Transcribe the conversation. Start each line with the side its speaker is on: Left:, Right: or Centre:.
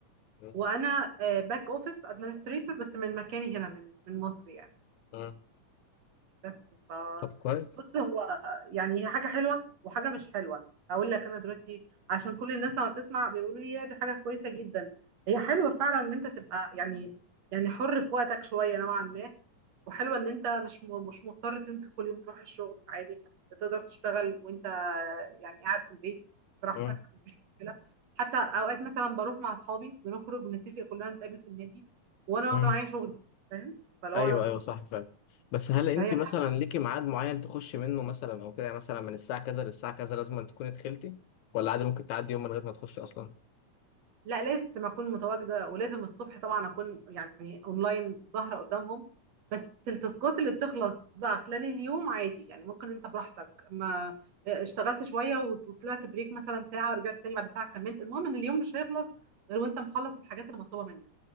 Left: مم.
Right: وانا باك اوفيس ادمنستريتور بس من مكاني هنا من من مصر يعني
Left: مم.
Right: بس ف
Left: طب كويس
Right: بص هو يعني هي حاجة حلوة وحاجة مش حلوة هقول لك أنا دلوقتي عشان كل الناس لما بتسمع بيقولوا لي يا دي حاجة كويسة جدا هي حلوة فعلا إن أنت تبقى يعني يعني حر في وقتك شوية نوعا ما وحلوة إن أنت مش م- مش مضطر تنزل كل يوم تروح الشغل عادي تقدر تشتغل وأنت يعني قاعد في البيت براحتك
Left: مم.
Right: مفيش مشكلة حتى أوقات مثلا بروح مع أصحابي بنخرج بنتفق كلنا نتقابل في النادي وأنا
Left: مم.
Right: واخدة معايا شغل فاهم فلو
Left: ايوه
Right: أنا مش
Left: ايوه
Right: مضطر
Left: صح فعلا بس هل انت
Right: فهي
Left: مثلا
Right: حاجه
Left: ليكي ميعاد معين تخشي منه مثلا او كده يعني مثلا من الساعه كذا للساعه كذا لازم أن تكوني دخلتي ولا عادي ممكن تعدي يوم من غير ما تخشي اصلا
Right: لا لازم اكون متواجده ولازم الصبح طبعا اكون يعني اونلاين ظاهره قدامهم بس التاسكات اللي بتخلص بقى خلال اليوم عادي يعني ممكن انت براحتك ما آه، اشتغلت شويه وت- وطلعت بريك مثلا ساعه ورجعت تاني بعد ساعه كملت المهم ان اليوم مش هيخلص غير وانت مخلص الحاجات اللي مطلوبه منك